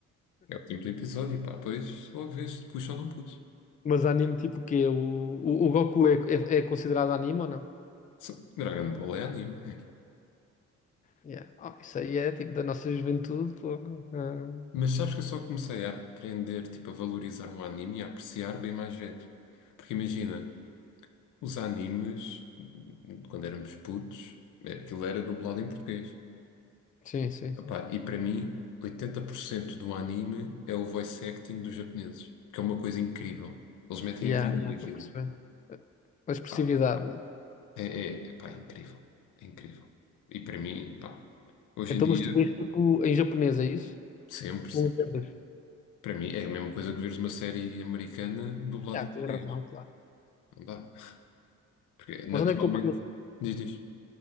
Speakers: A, on the left; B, on the left.
A: É o tempo do episódio, pá, depois logo vês se puxa ou não puxa.
B: Mas anime tipo o quê? O, o, o Goku é, é, é considerado anime ou não?
A: Só- Dragon Ball é anime. é.
B: Yeah. Ah, isso aí é tipo da nossa juventude. pô. Ah,
A: Mas sabes que eu só comecei a aprender, tipo, a valorizar um anime e a apreciar bem mais velho. Porque imagina, os animes, quando éramos putos, é, aquilo era dublado em português.
B: sim, sim, sim.
A: Epá, e para mim, 80% do anime é o voice acting dos japoneses, que é uma coisa incrível. Eles metem
B: Yeah,
A: a vida
B: yeah,
A: naquilo.
B: estou a perceber. A expressividade,
A: Pá,
B: né?
A: é, é, epá, é incrível. É incrível. E para mim, pá, hoje
B: Então,
A: em dia,
B: mas tu vês tipo em japonês, é isso?
A: sempre, sempre.
B: Não entendes?
A: Para mim, é a mesma coisa que veres uma série americana dublada
B: Yeah,
A: em português.
B: tens razão, claro.
A: Não dá. Porque, naturalmente,
B: Mas onde é que tu apanhas,
A: diz, diz.